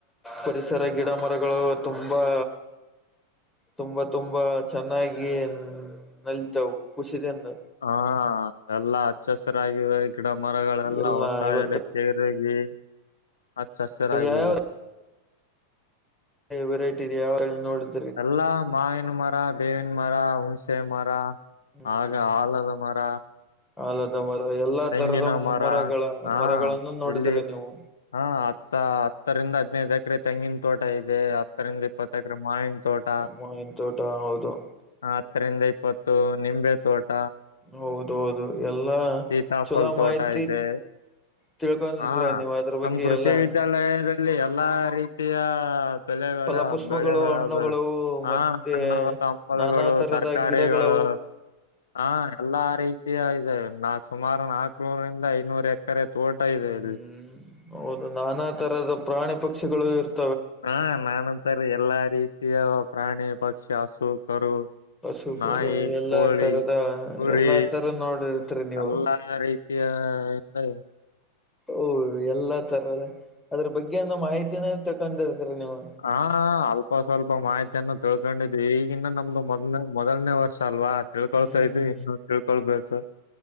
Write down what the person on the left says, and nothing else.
ಹಾ ಎಲ್ಲಾ ಹಚ್ಚಸಿರಾಗಿವೆ ಗಿಡ ಮರಗಳೆಲ್ಲ
ಹೊಸ
ಎಲೆ ತೆರೆಗಿ ಹಚ್ಚು ಹಸರಾಗಿವೆ.
ಎಲ್ಲಾ ಮಾವಿನ ಮರ ಬೇವಿನ ಮರ ಹುಣಸೆ ಮರ.
ಆಗ ಹಾಲದ ಮರ.
ತೆಂಗಿನ
ಮರ
ಹಾ
ಇಲ್ಲಿ
ಹಾ ಹತ್ತ ಹತ್ತರಿಂದ ಹದ್ನೈದು ಎಕರೆ ತೆಂಗಿನ ತೋಟ ಇದೆ. <unintelligible> ಇಪ್ಪತ್ತು ಎಕರೆ ಮಾವಿನ್ ತೋಟ.
ಹತ್ತರಿಂದ ಇಪ್ಪತ್ತು ನಿಂಬೆ ತೋಟ.
ಸೀತಾಫಲ್
ತೋಟ
ಇದೆ
ಹಾ
ನಮ್
ಕೃಷಿ
ವಿದ್ಯಾಲಯದ್ ಇಲ್ಲಿ ಎಲ್ಲಾ ರೀತಿಯ ಬೆಲೆಗಳು
ಬೆಳೆಗಳು
ಅವುಗಳ ಹಾ
ಹಣ್ಣು ಹಂಪಲಗಳು
ತರಕಾರಿಗಳು
ಹಾ ಎಲ್ಲಾ ರೀತಿಯ ಇದೆ ನಾ ಸುಮಾರು ನಾಕ್ನೂರಿಂದ ಐದುವರೆ ಎಕರೆ ಕೆರೆ ತೋಟ ಇದೆ
ಇಲ್ಲಿ.
ಹಾ ನಾನಂತಾರ ಎಲ್ಲಾ ರೀತಿಯ ಪ್ರಾಣಿ ಪಕ್ಷಿ ಹಸು ಕರು
ನಾಯಿ
ಕೋಳಿ
ಕುರಿ
ಎಲ್ಲ ರೀತಿ ತೀಯಾ <unintelligible>
ಹಾ ಅಲ್ಪ ಸ್ವಲ್ಪ ಮಾಹಿತಿಯನ್ನು ತಿಳ್ಕೊಂಡಿದ್ವಿ ಈಗಿನ್ನ ನಮ್ದ ಮೊದನೇ ಮೊದಲನೇ ವರ್ಷ ಅಲ್ವಾ ತಿಳ್ಕೊಳ್ತಾ
ಇದಿವಿ ಇನ್ನು ತಿಳ್ಕೊಳ್ಬೇಕು.